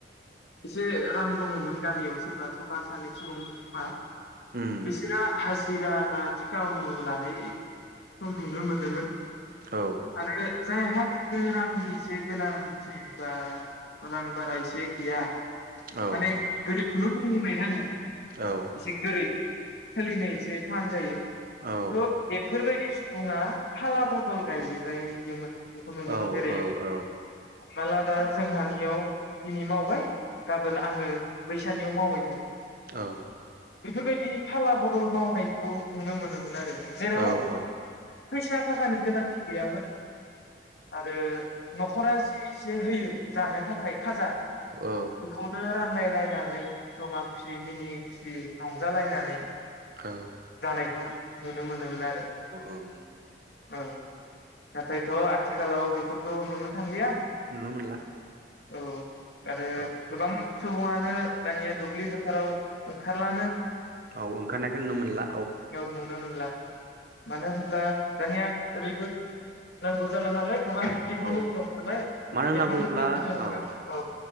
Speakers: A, on the left; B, on the right.
A: एसे रां दङमोन गामियाव सोरबा साफा सानै सुबुंआ
B: उम
A: बिसोरो हाजिर हाजिरा बा थिका उनु लानायखौ नुनो मोनदोंमोन।
B: औ।
A: आरो जायहा बिदिनो रांनि एसे गोनांथि बा रां बारा एसे गैया
B: औ
A: माने गोरिब बेनो बुंबाय आङो।
B: औ
A: एसे गोरिब। सोलिनो एसे थान जायो।
B: औ
A: थ बेफोर बायदि सुबुङा फाला बदल गायलायोमोन। बेखौ नुनो
B: औ
A: मोनो जेरै
B: औ
A: हामनाला
B: औ
A: दा जोंहानियाव दिनै मावबाय गाबोन आङो बै सानिआव मावहैगोन।
B: औ।
A: बेफोरबायदि फाला बदल मावनायखौ नुनो मोनोमोन। आरो जेराव
B: औ
A: फैसा थाखानि गोनांथि गैयामोन‌। आरो न'खरा जि एसे होयो जानो थाखाय खाजा
B: औ
A: बेखौनो रानलायलायनानै जमा खुसि मिनि खुसि रंजालायनानै
B: औ।
A: जानायखौ नुनो मोनोमोन आरो।
B: औ औ।
A: औ। नाथायथ' आथिखालाव बेफोरखौ नुनो थांलिया औ।
B: नुनो मोनला
A: आरो
B: औ
A: गोबां सुबुङानो दानिया दुब्लि फोथाराव ओंखारलानो
B: औ ओंखारनायखो नुनो मोनला।
A: औ नुनो मोन ला मानो होनब्ला दानिया ओरैबो नांगौ जाला नालाय गोबां टेक्न'लजि
B: औ
A: ओंखारबाय
B: मानो
A: टेक्न'लजिनि
B: होनना बुङोब्ला
A: जाहोनाव
B: औ
A: औ